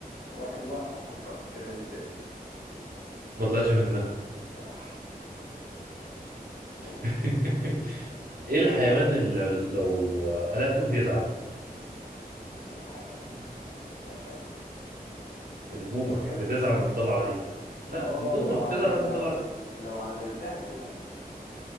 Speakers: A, on the left; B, on the right.
A: واحد وقع في حفرة طلع ازاي
B: ما طلعش منها
A: صح قول
B: <laughs> ايه الحيوان اللي لو قلبته بيزعل؟
A: الحيوان لا مش عارف
B: البومة
A: سلحفة
B: بتزعل من الطلعة دي لا
A: اه
B: البومة
A: لو
B: بتزعل
A: عد...
B: من
A: لو
B: الطلعة دي
A: لو عدلتها تتعب